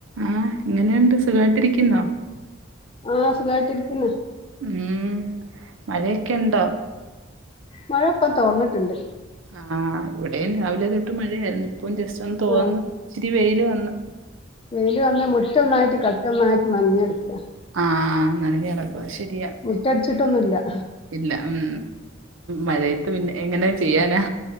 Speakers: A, on the right; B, on the left.
A: ആ എങ്ങനെയുണ്ട് സുഖാ യിട്ടിരിക്കുന്നോ.
B: ആ സുഖായിട്ടി രിക്കിണ്.
A: ഉം മഴേ ക്കെ ണ്ടോ.
B: മഴ പ്പം തോർന്നിട്ടുണ്ട്.
A: ആഹ് ഇവിടെയും രാവിലെ തൊട്ട് മഴയായിരുന്നു. ഇപ്പം ജസ്റ്റ് ഒന്ന് തോർന്ന്
B: ആഹ്
A: ഇച്ചിരി വെയില് വന്നു.
B: വെയ്ൽ വന്ന് മുറ്റൊന്നായിട്ട് കട്ടൊന്നായിട്ട് നഞ്ഞെടുക്കുക.
A: ആഹ നനഞ്ഞ് കിടക്കുവ ശെരിയാ.
B: മുറ്റംടിച്ചിട്ടൊന്നുഇ ല്ല.
A: ഇല്ല ഉം മഴത്ത് പിന്നെ എങ്ങനെ ചെയ്യാനാ.